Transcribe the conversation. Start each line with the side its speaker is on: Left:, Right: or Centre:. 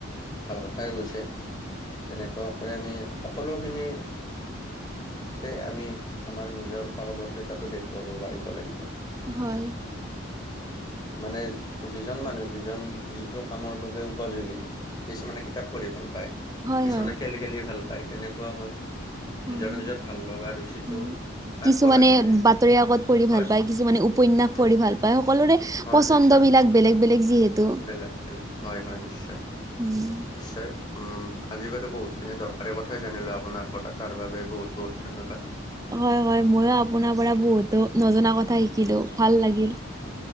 Left: ভাল কথাই কৈছে। তেনেকুৱা কৈ আমি সকলোখিনিতে আমি আমাৰ নিজৰ পাৰদৰ্শিতাটো দেখুৱাব পাৰিব লাগিব।
Right: হয়।
Left: মানে যিজন মানুহ যিজন যিটো কামৰ বাবে উপযোগী। কিছুমানে কিতাপ পঢ়ি ভাল পায়,
Right: হয়
Left: কিছুমানে
Right: হয় হয়
Left: খেল খেলি ভাল পায় তেনেকুৱাকৈ।
Right: হয়
Left: নিজৰ নিজৰ ভাল লগা ৰুচিটো
Right: উম,
Left: আগবঢ়াই
Right: কিছুমানে
Left: নিলে,
Right: বাতৰি কাকত পঢ়ি ভাল
Left: হয়।
Right: পায়, কিছুমানে উপন্যাস
Left: উম,
Right: পঢ়ি ভাল পায়, সকলোৰে
Left: হয়
Right: পচন্দ
Left: নিশ্চয়
Right: বিলাক বেলেগ বেলেগ যিহেতু।
Left: বেলেগ হয় হয় নিশ্চয়।
Right: উম
Left: নিশ্চয় উম, আজি বাৰু বহুতখিনি দৰকাৰী কথাই জানিলো আপোনাৰ পৰা তাৰ বাবে বহুত-বহুত ধন্যবাদ।
Right: হয়-হয় ময়ো আপোনাৰ পৰা বহুতো নজনা কথা শিকিলো ভাল লাগিল।
Left: অ-